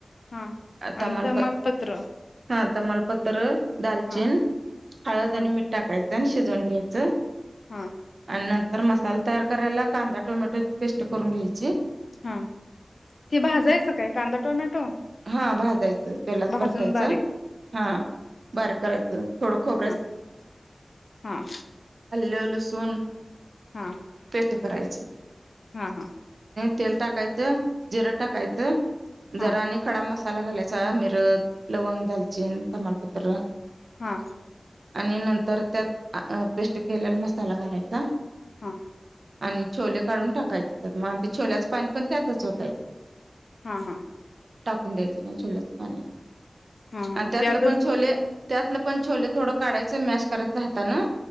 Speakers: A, on the left; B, on the right.
A: हा आणि
B: तमाल
A: तमालपत्र
B: पत्र हा तमालपत्र दांलचीन
A: हा
B: हळंद
A: हा
B: आणि मीठ टाकायचं आणं शिजुन घ्यायचं
A: हा
B: आणि नंतर मसाला तयार करायला कांदा टोमॅटोची पेस्ट करून घ्यांयची
A: हा ते भाजायचं कायं कांदा टोमॅटो
B: हा भाजायचं तेलांत
A: भाजून
B: परतायचं
A: बारीक
B: हा बारिक करायचं थोडं खोरब
A: हां हां
B: आलं लसून
A: हा
B: ते करांयंचे
A: हा हा
B: तेल टांकायचं जिरं टांकायचं
A: हा
B: जरा आणि खडा मसाला. मसाला घालायचा मिर लवंग दालचीन तमालपत्र.
A: हा
B: आणि नंतर त्यांत पेस्ट केलेला मसाला घालायंचा.
A: हा
B: आणि छोले काढूंन टांकायचे त्यांत मंग ते छोल्याचं पाणी पणं त्यांतच ओतायचं.
A: हा हा
B: टांकून द्यायचं नाही छोल्याच पाणी
A: हा हा
B: आणि त्यातलं
A: त्यातच
B: पणं छोले त्यातलं. त्यांतले पणं छोले थोडं काढायचं मॅश करायचं हातानं